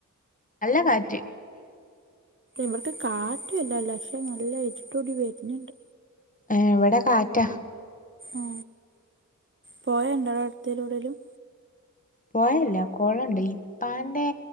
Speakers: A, on the left; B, on the right.
A: നല്ല കാറ്റ്
B: ഇവർക്ക് കാറ്റുവല്ലാല്ല പക്ഷെ നല്ല ഇരുട്ടൂടി വരുന്നുണ്ട്
A: എവിടെ കാറ്റ
B: ആ പോയണ്ടട് അടുത്തലൂടെലും
A: പോയല്ല കൊളണ്ട് ഇപ്പാന്റെ